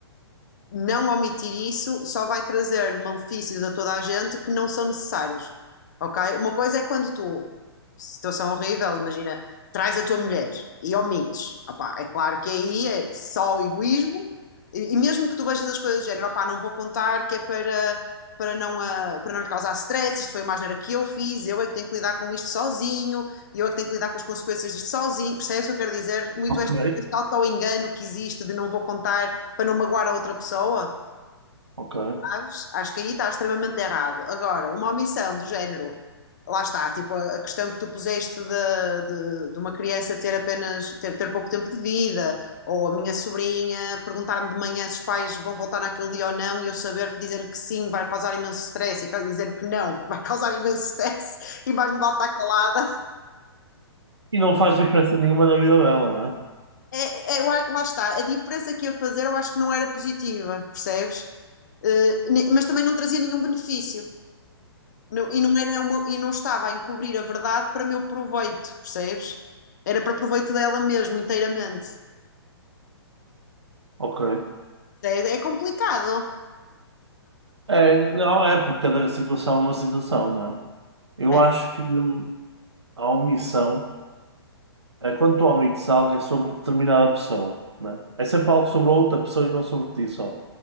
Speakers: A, on the left; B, on the right.
A: não omitir isso só vai trazer malefícios a toda a gente que não são necessários, ok? Uma coisa é quando tu, situação horrível, imagina, traz a tua mulher e omites, opá, é claro que aí é só egoísmo, e, e mesmo que tu vejas as coisas do género, opá, não vou contar que é para, para, não, a, para não lhe causar stress, isto foi uma asneira que eu fiz, eu é que tenho que lidar com isto sozinho, e eu é que tenho que lidar com as consequências disto sozinho, percebes o que eu quero dizer? Muito
B: ok.
A: este, este auto-engano que existe de não vou contar para não magoar a outra pessoa,
B: ok.
A: sabes? Acho que aí está extremamente errado. Agora, uma omissão do género, lá está, tipo a a questão que tu puseste de, de, de uma criança ter apenas ter, ter pouco tempo de vida, ou a minha sobrinha perguntar-me de manhã se os pais vão voltar naquele dia ou não, e eu saber que dizer que sim vai causar imenso stress, e ca- dizer que não <laughs> vai causar imenso stress, e mais me vale estar calada.
B: E não faz diferença nenhuma na vida dela, né é?
A: É, é, eu a- lá está, a diferença que ia fazer eu acho que não era positiva, percebes? Eh, ne- mas também não trazia nenhum benefício. Não- e, não era uma- e não estava a encobrir a verdade para meu proveito, percebes? Era para proveito dela mesmo, inteiramente.
B: Ok.
A: É, é complicado.
B: É, não, é porque cada situação é uma situação, não é? Eu
A: É.
B: acho que hum, a omissão, é, quando tu omites algo, é sobre determinada pessoa, não é? É sempre algo sobre a outra pessoa e não sobre ti só.